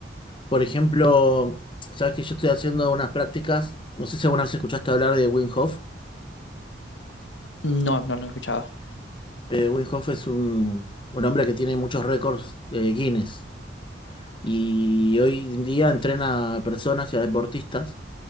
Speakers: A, on the left (about 25°); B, on the left (about 75°).
A: Por ejemplo, sabes que yo estoy haciendo unas prácticas, no sé si alguna vez escuchaste hablar de Wim Hof.
B: no, no lo he escuchado.
A: Eh, Wim Hof es un, un hombre que tiene muchos récords eh, Guinness y hoy en día entrena a personas y a deportistas